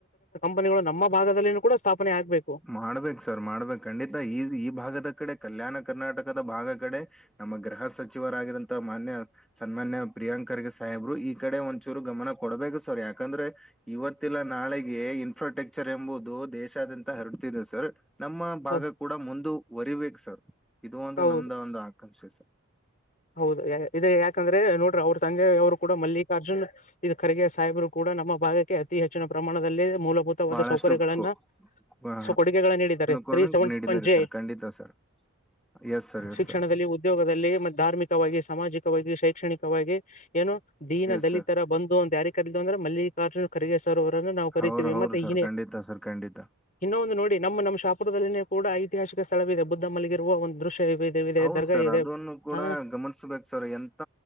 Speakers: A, on the left; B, in the centre.
A: ಕಂಪನಿಗಳು ನಮ್ಮ ಭಾಗದಲ್ಲಿಯೂ ಕೂಡ ಸ್ಥಾಪನೆ ಆಗ್ಬೇಕು
B: ಮಾಡಬೇಕು ಸರ್ ಮಾಡಬೇಕು ಖಂಡಿತಾ ಈ ಭಾಗದ ಕಡೆ ಕಲ್ಯಾಣ ಕರ್ನಾಟಕದ ಭಾಗ ಕಡೆ ನಮ್ಮ ಗೃಹ ಸಚಿವರಾಗಿದ್ದಂತ ಮಾನ್ಯ ಸನ್ಮಾನ್ಯ ಪ್ರಿಯಾಂಕ ಖರ್ಗೆ ಸಾಹೇಬರು ಈ ಕಡೆ ಒಂದು ಚೂರು ಗಮನ ಕೊಡ್ಬೇಕು ಸರ್ ಯಾಕಂದ್ರೆ ಇವತ್ತಲ್ಲ ನಾಳೆಗೆ ಇನ್ಫ್ರಾಸ್ಟ್ರಕ್ಚರ್ ಎಂಬುದು ದೇಶಾದ್ಯಂತ ಹರಡ್ತಿದೆ ಸರ್ ನಮ್ಮ ಭಾಗ
A: ಹೌ
B: ಕೂಡ ಮುಂದುವರಿಬೇಕ ಸರ್ ಇದು ಒಂದು
A: ಹೌದು
B: ನಮ್ದ ಒಂದು ಆಕಾಂಕ್ಷೆ ಸರ್
A: ಹೌದು ಇದು ಯಾಕಂದ್ರೆ ನೋಡ್ರಿ ಅವ್ರ ತಂದೆಯವ್ರು ಕೂಡ ಮಲ್ಲಿಕಾರ್ಜುನ್ ಖರ್ಗೆ ಸಾಹೇಬರು ಕೂಡ ನಮ್ಮ ಭಾಗಕ್ಕೆ ಅತಿ ಹೆಚ್ಚಿನ ಪ್ರಮಾಣದಲ್ಲಿ ಮೂಲಭೂತವಾದ
B: ಬಹಳಷ್ಟು
A: ಸೌಕರ್ಯಗಳನ್ನ
B: ಕೊ- ಆ,
A: ಕೊಡುಗೆಗಳನ್ನು ನೀಡಿದ್ದಾರೆ <unintelligible>
B: ಕೂಡ ನೀಡಿದ್ದಾರೆ ಸರ್ ಖಂಡಿತ sir yes sir yes
A: ಶಿಕ್ಷಣದಲ್ಲಿ
B: sir
A: ಉದ್ಯೋಗದಲ್ಲಿ ಮತ್ತೆ ಧಾರ್ಮಿಕವಾಗಿ ಸಾಮಾಜಿಕವಾಗಿ ಶೈಕ್ಷಣಿಕವಾಗಿ ಏನು ದೀನ
B: ಎಸ್
A: ದಲಿತರ
B: ಸರ್
A: ಬಂದು ಅಂತ ಯಾರ ಕರ ಅಂದ್ರೆ ಮಲ್ಲಿ ಕಾರ್ಟೂನ್ ಖರಗೆ ಸರ್ ಅವರನ್ನ ನಾವು ಕರಿೀತೀವಿ
B: ಅವ್ರ ಹೌದು
A: ಮತ್ತೆ
B: ಸರ್
A: ಹನೇ
B: ಖಂಡಿತ ಸರ್ ಖಂಡಿತ
A: ಇನ್ನೊ ಒಂದು ನೋಡಿ ನಮ್ಮ್ ನಮ್ಮ ಶಾಪುರದಲ್ಲಿನ ಕೂಡ ಐತಿಹಾಸಿಕ ಸ್ಥಳವೇಿದೆ ಬುದ್ಧ ಮಲಿಗಿರುವ ಒಂದು ದೃಶ್ಯ ಇದೆ ಇದೆ ಇದೆ
B: ಹೌದ
A: ದರ್ಗಾ
B: ಸರ್
A: ಇದೆ
B: ಅದನ್ನು ಕೂಡ
A: ಹ
B: ಗಮ ಗನ್ಸ್ಬೇಕ ಸರ್ ಎಂತ